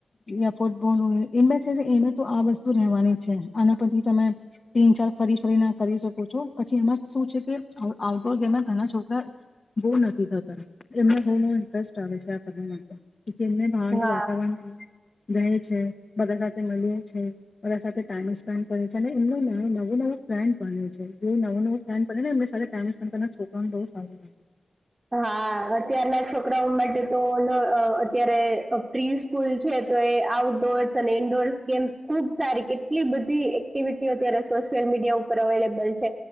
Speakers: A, on the left; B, on the right.
A: યા ફૂટબોલ હોય એ એ તો આ વસ્તુ રહેવાની જ છે આના પરથી તમે તીન ચાર ફરી ફરી ના કરી શકો છો પછી એમાં શું છે કે આઉટડોર ગેમે ઘણા છો હ બોર નથી થતા એમને બહ ઇન્ટરેસ્ટ આવે છે આ માટે એમને ભાવ નું
B: હા
A: વાતાવરણ એમને જાય છે બધા સાથે મળએ છે બધા સાથે ટાઈમ સ્પેન્ડ કરે છે ને એમનું નવું નવો ફ્રેન્ડ બને્યો છે જે નવું નવું ફ્રેન્ડ બને ને એ ટાઈમ સ્પેન્ કર છોકરાઓને બ સારું લાગે છે
B: હા અત્યારના છોકરાઓ માટે તો અત્યારે પ્રી સ્કૂલ છે તો એ આઉટડોર્સ અને ઇન્ડોર્સ ગેમ્સ ખુબ સારી કેટલી બધી એક્ટિવિટી અત્યારે સોશિયલ મીડિયા ઉપર અવેલેબલ છે